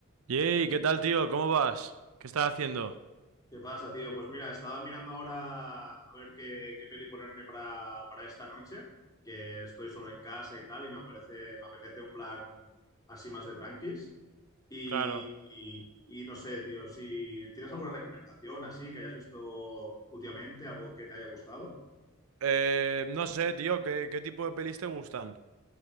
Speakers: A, on the right; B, on the left.
A: Yey, ¿qué tal, tío? ¿Cómo vas? ¿Qué estás haciendo?
B: ¿Qué pasa, tío? Pues mira, estaba mirando ahora a ver qué, qué peli ponerme para, para esta noche, que estoy solo en casa y tal, y me apetece me apetece un plan así más de tranquis. Y,
A: Claro.
B: y y no sé, tío, si tienes alguna recomendación así que hayas visto últimamente, algo que te haya gustado.
A: Eh, no sé, tío, ¿qué, qué tipo de pelis te gustan?